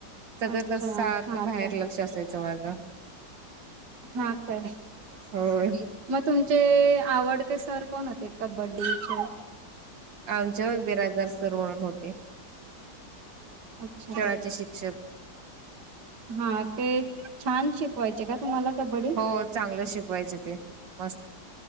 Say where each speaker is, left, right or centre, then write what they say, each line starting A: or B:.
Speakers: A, on the right; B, on the right.
A: सतत
B: अच्छा
A: अस सारखं
B: हा
A: बाहेर
B: काय
A: लक्ष असाय त माझा
B: हा काय
A: होय
B: मगं तुमचे आवडते सर कोण होते कबड्डीचे
A: आमचे व्हय बिराजदार सर म्हणून होते.
B: अच्छा
A: खेळाचे शिक्षक.
B: हा ते छान शिकवायचे का तुम्हाला कबड्डी
A: हो चांगलं शिकवायचे ते मस्त